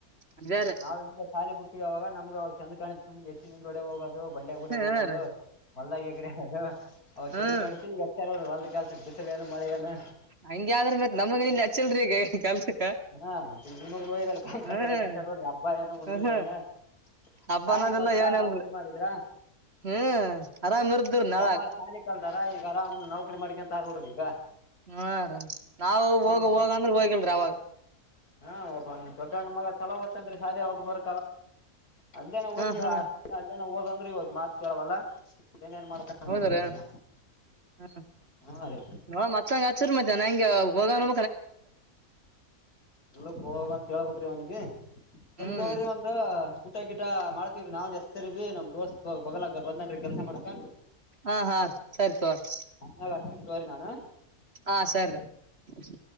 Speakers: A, on the right; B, on the left.
A: ಅದೇ ರೀ
B: ನಾವು ಹಿಂಗೆ ಸಾಲಿ ಬಿಟ್ಟ ಅವಾಗ ನಮಗೆ ಅವ ಚಂದ ಕಾಣಿತ್ ಸುಮ್ಗ ಎತ್ತಿಿನಿಂದ್ಗಡೆ ಹೋಗೋದು ಬಂಡೆ ಗೂಡೆ
A: ಹಾ
B: ಹೋಗೋದು
A: ರೀ
B: ಹೊಲ್ದಾಗೆಗ್ರಾಡದು ಅವಾಗ ಚಂದ
A: ಹ್ಮ್
B: ಕಾಣ್ತು ಈಗ ಹಚ್ಚಾರ ನೋಡ್ರಿ ಹೊ ಕ ಸೇ ಏನು ಮಳೆ ಏನು
A: ಹಂಗೆ ಆದ್ರ ಮತ್ ನಮಗ ಇಲ್ಲಿ ಹಚ್ಚಿಲ್ರಿ ಈಗ ಕೆಲ್ಸಕ್ಕ
B: ಹ ಮತ್ತೆ ನಿಗೋಲ್ಲ ಕಾಯಕಟೋರ
A: ಹ್ಮ್
B: ಕ ನೋಡ್ರಿ ಹಬ್ಬ ಏನು ಹುಣ್ಣಿಮೆ
A: ಹ್ಮ್
B: ಏನು
A: ಹಬ್ಬ
B: ಶಾಲಿ
A: ಅನ್ನೋದಿಲ್ಲ
B: ಕಲ್ತ್ರರ
A: ಏನಿಲ್ರಿ
B: ನೌಕರಿ ಮಾಡಿದ್ರ
A: ಹ್ಮ್ ಆರಾಮ್ ಇರ್ದ್ರಿ ನಾಳಾಗ
B: ತಮ್ಮಾರ ಶಾಲಿ ಕಲ್ತಾರ ಈಗ ಆರಾಮ್ ನೌಕರಿ ಮಾಡ್ಕಂತ ನೋಡ್ರಿ ಈಗ
A: ಹಾ ರ ನಾವು
B: ಒಬ್ಬ
A: ಹೋಗ
B: ನಮ್
A: ಹೋಗಂದ್ರೆ
B: ದೊಡ್
A: ಹೋಗಿಲ್ರಿ ಅವಾಗ
B: ಹಾ ಒಬ್ಬ ನಮ್ ದೊಡ್ಡಣ್ಣ ಮಗ ಚಲೋ ಓದುತಾನ್ರೀ ಶಾಲಿ ಅವ ಒಬ್ಬೊಬ್ಬರ ಅಲ್ಲೇನ ಹೋಗೀ
A: ಹಾ ಹಾ
B: ಓದಂದ್ರೆ ಇವತ್ತ ಮಾತ್ ಕೇಳವಲ್ಲ ಏನೇನ್ ಮಾಡ್ತಾನ
A: ಹೌದ್ರಾ
B: ನೋಡ್ರಿ ಇವ್ನ
A: ಹ್ಮ
B: ಹಾ ರೀ
A: ಹ್ಮ್ ನ ಹಚ್ಚಂಗ ಹಚ್ಚರಿ ಮತ್ತ ಹೆಂಗೆ ಹಾಗ ನ
B: ಹೊಲ್ಲಕ್ ಹೋಗ ಅಂತ ಹೇಳ್ಬೇಕ್ರಿ ಅವನಿಗೆ ಸರಿ
A: ಹ್ಮ್
B: ತುಗೋರೀ ಒಂದ ಊಟ ಗಿಟ ಮಾಡ್ತೀವ್ರೀ ನಾವನ್ ಎಸ್ತರ್ಬೀ ನಮ್ ದೋಸ್ತ್ ಬಗಲಾಗ ಬಂದಾನ್ರೀ ಕೆಲ್ಸ ಮಾಡಕ
A: ಹಾ ಹಾ ಸರಿ ತೋರಿ
B: ಅನ್ನಾಗ ಅಷ್ಟನ್ ತೋರಿ ನಾನು.
A: ಹಾ ಸರ್. ಹ.